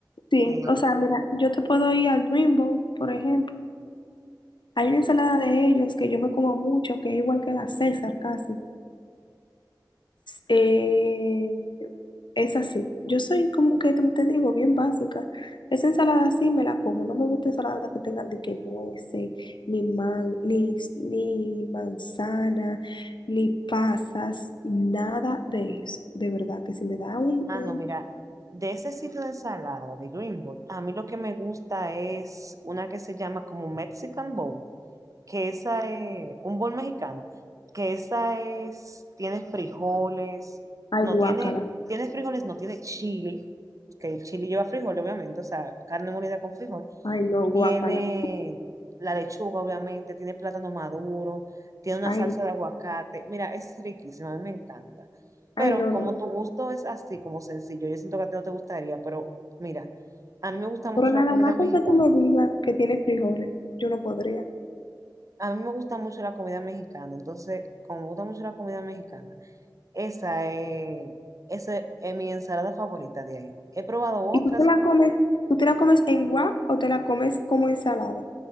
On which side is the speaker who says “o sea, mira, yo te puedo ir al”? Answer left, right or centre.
Left